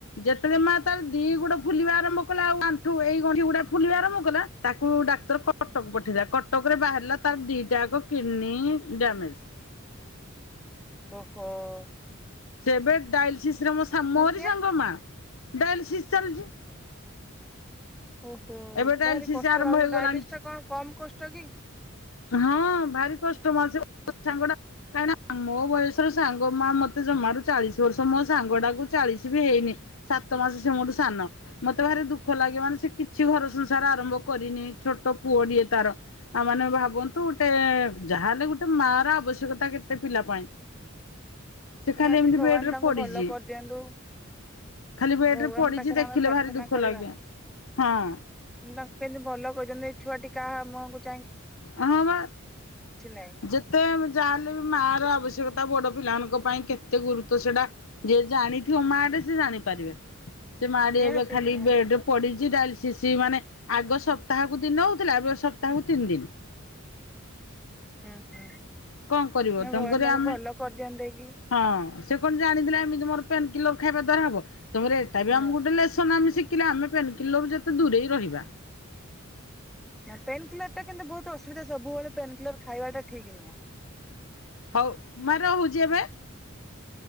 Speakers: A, on the left (about 70°); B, in the centre.
A: ଯେତେବେଳେ ମା ତର ଦି ଗୋଡ ଫୁଲିବା ଆରମ୍ଭ କଲା। ଆଉ ଆଣ୍ଠୁ ଏଇ ଗଣ୍ଠି ଗୁଡା ଫୁଲିବା ଆରମ୍ଭ କଲା ତାକୁ ଡାକ୍ତର କଟକ ପଠେଇଦଲା କଟକ ରେ ବାହାରିଲା ତାର ଦିଟାଯାକ । Kidney damage.
B: ଓହୋ ।
A: ସେବେ ଏବେ ଡଇଲିସିସ ମୋ ମୋରି
B: ସିଏ
A: ସାଙ୍ଗ ମା ଡଏଲିସିସ ଚାଲିଛି ।
B: ଓହୋ
A: ଏବେ ଡ଼ାଏଲିସିସ
B: ଭାରି କଷ୍ଟ
A: ଆରମ୍ଭ
B: ଲାଗୁଛି
A: ହେଇଗଲାଣି
B: ଡାଇଲିସ୍ ଟା କଣ କମ କଷ୍ଟ କି?
A: ହଁ ଭାରି କଷ୍ଟ ମା ସେ । ମୋ ସାଙ୍ଗଟା କାହିଁକ ନା ମୋ ବୟସର ସାଙ୍ଗ ମା ମତେ ଜମାରୁ ଚାଳିଶ ବର୍ଷ ମୋ ସାଙ୍ଗ ଟାକୁ ଚାଳିଶ ବି ହେଇନି ସାତ ମାସ ସେ ମୋ ଠୁ ସାନ ମତେ ଭାରିୁ ଦୁଃଖ ଲାଗେ ମାନେ ସେ କିଛି ଛି ସେ ଘର ସଂସାର ଆରମ୍ଭ କରିନି ଛୋଟ ପୁଅଟିଏ ତାର ତା ମାନେ ଭାବନ୍ତୁ ଗୋଟେ ଯାହା ହେଲେ ଗୋଟେ ମା ର ଆବଶ୍ୟକତା କେତେ ପିଲା ପାଇଁ। ସେ
B: ନିହାତି
A: ଖାଲି ଏମିତି
B: ଭଗବାନ
A: ବେଡରେ
B: ତାଙ୍କୁ
A: ପଡିଛି
B: ଭଲ କରିଦିଅନ୍ତୁ
A: ଖାଲି ବେଡ
B: ଭଗବାନ
A: ରେ ପଡିଛି
B: ପାଖରେ
A: ଦେଖିଲେ
B: ଆମେ ପ୍ରାର୍ଥନା
A: ଭାରି ଦୁଃଖ
B: କରିବା।
A: ଲାଗେ। ହଁ
B: ମୁଁ ତାଙ୍କୁ କେମତି ଭଲ କରିଦିଅନ୍ତେ । ଛୁଆଟି କାହା ମୁଁହକୁ
A: ହଁ ବା
B: ନାହିଁ।
A: ଯେତେ ଯା ହେଲେ ବି ମା ର ଆବଶ୍ୟକତା ବଡ ପିଲାମାନଙ୍କ । ପାଇଁ କେତେ ଗୁରୁତର ସେଟା ଜିଏ ଜାଣିଥିବ ମା ଟେ ସେ ଜାଣିପାରିବେ। ସେ ମା ଟୀ
B: ନିହାତି
A: ଏବେ ଖାଲି
B: ନିହାତି
A: ବେଡ ରେ ପଡିଛି ଡାଏଲି ସିସି ମାନେ ଆଗ ସପ୍ତାହକୁ ଦିନେ ହଉଥିଲା ଏବେ ସପ୍ତାହକୁ ତିନି ଦିନ ।
B: ହୁଁ ହୁଁ । ନାଇ
A: କଣ କରିବ ତେଣୁକରି
B: ଭଗବାନ ତାକୁ
A: ଆମେ
B: ଭଲ କରିଦିଅନ୍ତ କି ।
A: ହଁ ସେ କଣ ଜାଣିଥିଲା ଏମିତି ମୋର ପେନ୍ କିଲର ଖାଇବା ଦ୍ଵାରା ହବ। ତମ ଏଟା ବି ଆମ
B: ନାଇଁ।
A: ଗୋଟେସନ ଆମ ଶି ିଲେ ଆମେ ପେନ କିଲର ଯେତେ ଦୂରେଇ ରହିବା
B: ନା ପେନ କିଲର ଟା କିନ୍ତୁ ବହୁତ ଅସୁବିଧା ସବୁବେଳେ ପେନ୍ କିଲର ଖାଇବାଟା ଠିକ ନୁହଁ
A: ହଉ ମା ରହୁଛି ଏବେ